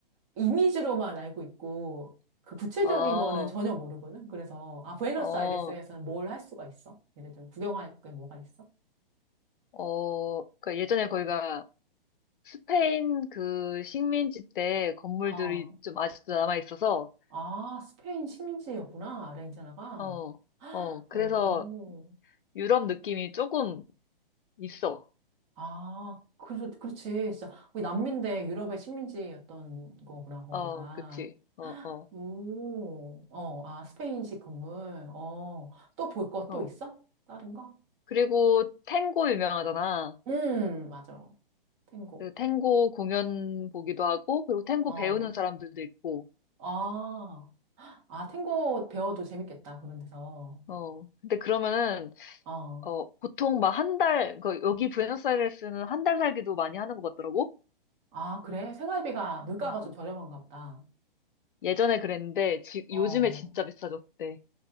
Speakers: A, on the right; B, on the left.
A: 이미지로만 알고 있고, 그 구체적인
B: 어,
A: 거는 전혀 모르거든. 그래서, 아, 부에노스아이레스에서는
B: 어,
A: 뭘 할 수가 있어? 예를 들면, 구경할 게 뭐가 있어?
B: 어, 그러니까 예전에 거기가 스페인 그 식민지 때 건물들이
A: 어.
B: 좀 아직도 남아 있어서,
A: 아, 스페인 식민지였구나. 아르헨티나가.
B: 어, 어, 그래서
A: 오.
B: 유럽 느낌이 조금 있어.
A: 아, 그렇, 그렇지. 진짜, 거기 남미인데 유럽의 식민지였던 거구나, 거기가.
B: 어, 그치. 어, 어,
A: 오, 어, 아, 스페인식 건물. 어, 또 볼 거 또
B: 어.
A: 있어? 다른 거?
B: 그리고 탱고 유명하잖아.
A: 음, 맞아. 탱고.
B: 그 탱고 공연 보기도 하고, 그리고 탱고
A: 어,
B: 배우는 사람들도 있고,
A: 아, 아, 탱고 배워도 재밌겠다, 그런 데서.
B: 어, 근데 그러면은,
A: 어,
B: 어, 보통 막 한 달, 그 여기 부에노스아이레스는 한 달 살기도 많이 하는 것 같더라고?
A: 아, 그래? 생활비가, 물가가
B: 어,
A: 좀 저렴한가 보다.
B: 예전에 그랬는데, 지,
A: 어,
B: 요즘에 진짜 비싸졌대.